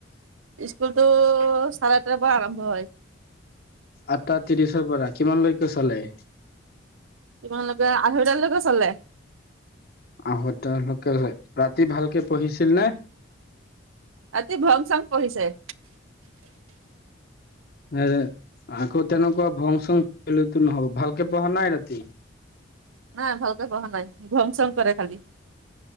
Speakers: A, on the right (about 85°); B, on the left (about 50°).
A: স্কুলটো চাৰে আঠটাৰ পৰা আৰম্ভ হয়।
B: আঠটা ত্ৰিশৰ পৰা কিমানলৈকে চলে?
A: কিমানলৈকে, আঢ়ৈটালৈকে চলে।
B: আঢ়ৈটা লৈকে হয়। ৰাতি ভালকে পঢ়িছিল নে?
A: ৰাতি ভং চং পঢ়িছে।
B: হে আকৌ তেনেকুৱা ভং চং লেতো নহব। ভালকে পঢ়া নাই ৰাতি?
A: নাই ভালকে পহা নাই ঘং চং কৰে খালি।